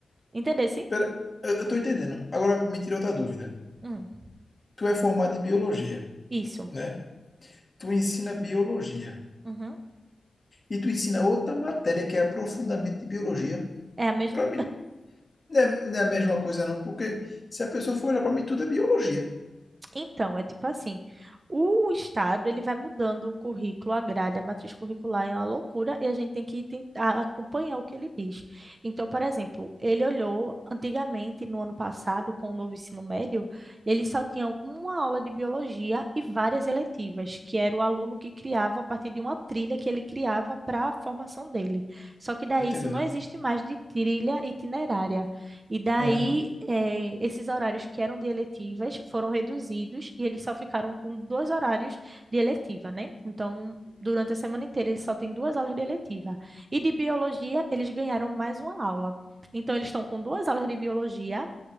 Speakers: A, on the right (about 35°); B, on the left (about 20°).
A: Entendeu? Sim?
B: Pera, eu, eu tô entendendo. Agora me tira outra dúvida.
A: Hum,
B: Tu é formado em biologia,
A: isso.
B: né? Tu ensina biologia.
A: Uhum.
B: E tu ensina outra matéria que é aprofundamento de biologia.
A: É a mesma?
B: Para mim, Não é, não é a mesma coisa, não, porque se a pessoa for olhar para mim, tudo é biologia.
A: Então, é tipo assim, o estado ele vai mudando o currículo, a grade, a matriz curricular é uma loucura e a gente tem que tentar acompanhar o que ele diz. Então, por exemplo, ele olhou antigamente no ano passado com o novo ensino médio, ele só tinha uma aula de biologia e várias eletivas, que era o aluno que criava a partir de uma trilha que ele criava para a formação dele. Só que daí
B: Tô entendendo.
A: isso não existe mais de trilha itinerária. E daí,
B: Aham.
A: eh, esses horários que eram de eletivas foram reduzidos e eles só ficaram com dois horários de eletiva, né? Então, durante a semana inteira, eles só têm duas aulas de eletiva. E de biologia, eles ganharam mais uma aula. Então, eles estão com duas aulas de biologia,